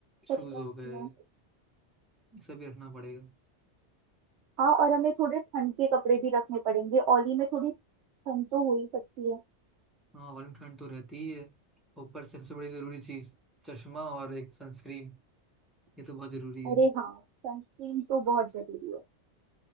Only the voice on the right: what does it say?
सही बात
है हाँ
हाँ, और हमें थोड़े ठंड के कपड़े भी रखने पड़ेंगे ओली में थोड़ी ठंड तो हो ही सकती है
अरे
हाँ सनस्क्रीन तो बहुत जरूरी है